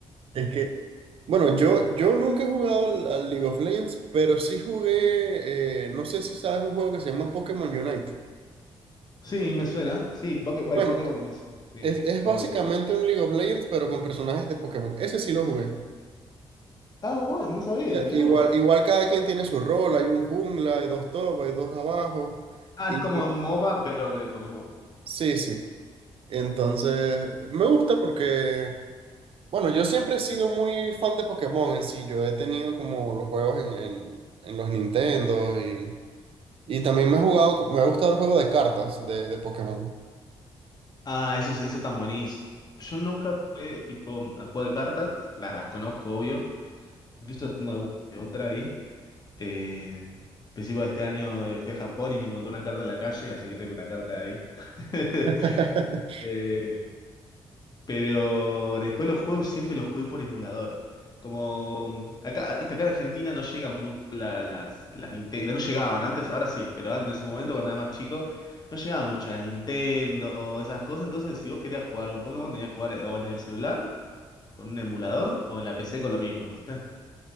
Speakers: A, on the right; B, on the left.
A: Es que, bueno, yo, yo nunca he jugado al, al League of Legends, pero sí jugué, eh, no sé si sabes un juego que se llama Pokémon Unite.
B: Sí, me suena. Sí, Poké- bueno,
A: Bueno,
B: Pokémon me suena. Sí,
A: Es, es
B: obvio.
A: básicamente un League of Legends, pero con personajes de Pokémon. Ese sí lo jugué.
B: Ah, bueno, no sabía,
A: Ya,
B: mirá
A: Igual,
B: vos.
A: igual cada quien tiene su rol. Hay un jungla, hay dos top, hay dos abajo.
B: Ah,
A: Y
B: es como un MOBA, pero de Pokémon.
A: sí, sí. Entonces, me gusta porque, bueno, yo siempre he sido muy fan de Pokémon en sí. Yo he tenido como los juegos en, en- en los Nintendo y, y también me he jugado, me ha gustado el juego de cartas de, de Pokémon.
B: Ah, eso es, eso es tan buenísimo. Yo nunca jugué tipo a juego de cartas, las, las conozco, obvio. Incluso tengo alguna que otra ahí. Eh, al principio de este año eh, fui a Japón y me encontré una carta en la calle, así que tengo una carta ahí. <laughs>
A: <laughs>
B: Eh, Pero después los juegos siempre los jugué por emulador. Como mm, acá, viste, acá en Argentina no llegan mu- la- las, las Nintendo, no llegaban antes, ahora sí, pero an- en ese momento cuando era más chico, no llegaban mucho las Nintendo, esas cosas. Entonces, si vos querías jugar un Pokémon, tenías que jugar eh, o en el celular, con un emulador, o en la PC con lo mismo, ¿viste?